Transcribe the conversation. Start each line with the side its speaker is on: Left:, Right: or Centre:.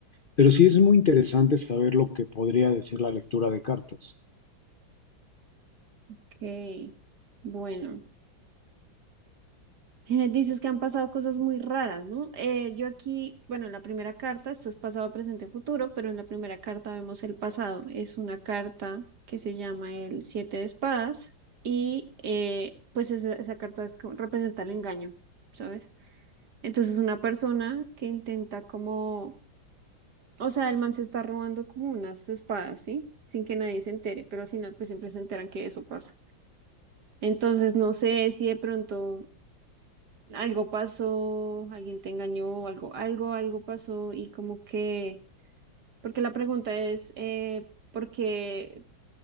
Left: pero sí es muy interesante saber lo que podría decir la lectura de cartas.
Right: Ok. Bueno. <laughs> Dices que han pasado cosas muy raras, ¿no? Eh, yo aquí, bueno, en la primera carta, esto es pasado, presente, futuro, pero en la primera carta vemos el pasado. Es una carta que se llama el Siete de Espadas y eh, pues esa, esa carta es como- representa el engaño, ¿sabes? Entonces una persona que intenta como O sea, el man se está robando como unas espadas, ¿sí? Sin que nadie se entere, pero al final pues siempre se enteran que eso pasa. Entonces no sé si de pronto algo pasó, alguien te engañó, algo, algo, algo pasó y como que, porque la pregunta es, eh, ¿por qué